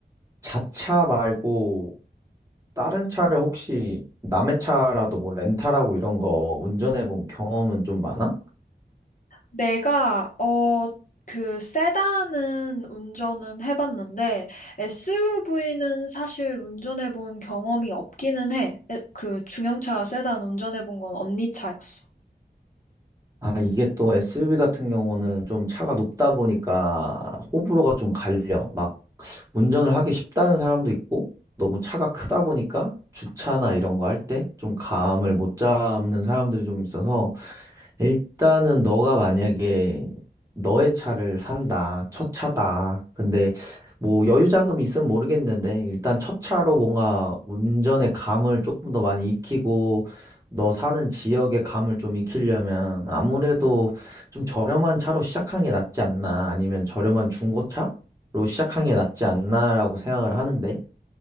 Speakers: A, on the right; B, on the left.
A: 자차 말고 다른 차를 혹시 남의 차라도 뭐 렌탈하고 이런 거 운전해 본 경험은 좀 많아?
B: 내가 어 그 세단은 운전은 해봤는데 SUV는 사실 운전해본 경험이 없기는 해. 에, 그 중형차 세단 운전해본 건 언니 차였어.
A: 아, 이게 또 SUV 같은 경우는 좀 차가 높다 보니까 호불호가 좀 갈려. 막 운전을 하기 쉽다는 사람도 있고, 너무 차가 크다 보니까 주차나 이런 거 할 때 좀 감을 못 잡는 사람들이 좀 있어서 일단은 너가 만약에 너의 차를 산다, 첫 차다. 근데 뭐 여유 자금이 있으면 모르겠는데 일단 첫 차로 뭔가 운전의 감을 조금 더 많이 익히고 너 사는 지역의 감을 좀 익히려면 아무래도 좀 저렴한 차로 시작하는 게 낫지 않나 아니면 저렴한 중고차로 시작하는 게 낫지 않나라고 생각을 하는데